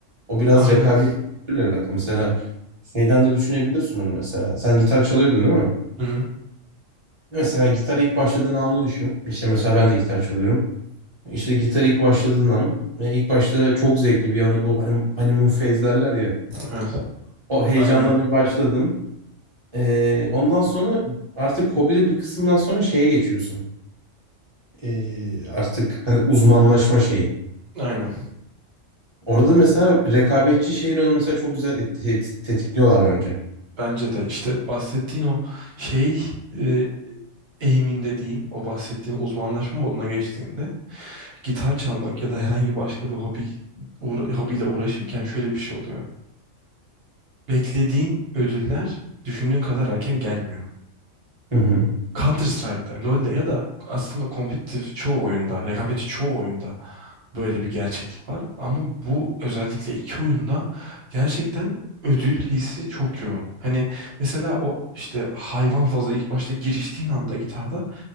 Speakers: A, on the right (about 25°); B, on the right (about 50°).
A: O biraz
B: Aynen.
A: rekabet kültürüyle alakalı. Mesela şeyden de düşünebilirsin onu mesela. Sen gitar çalıyordun değil mi?
B: Hı hı.
A: Mesela gitar ilk başladığın anı düşün. İşte mesela ben de gitar çalıyorum. İşte gitar ilk başladığın an ve ilk başta çok zevkli bir anda bu hani honeymoon phase derler ya.
B: Evet.
A: O heyecanla
B: Aynen.
A: bir başladın. Ee, ondan sonra artık hobide bir kısımdan sonra şeye geçiyorsun. Ee, artık hani uzmanlaşma şeyi.
B: Aynen.
A: Orada mesela rekabetçi şeyle onu mesela çok güzel et- et- tetikliyorlar bence.
B: Bence de işte bahsettiğin o şey e, eğiminde diyeyim o bahsettiğin uzmanlaşma moduna geçtiğinde gitar çalmak ya da herhangi başka bir hobi uğra hobiyle uğraşırken şöyle bir şey oluyor. Beklediğin ödüller düşündüğün kadar erken gelmiyor.
A: Hı hı.
B: Counter Strike'da, LoL'de ya da aslında kompetitif çoğu oyunda, rekabetçi çoğu oyunda böyle bir gerçeklik var. Ama bu özellikle iki oyunda gerçekten ödül hissi çok yoğun. Hani mesela o işte hayvan fazla ilk başta giriştiğin anda gitarda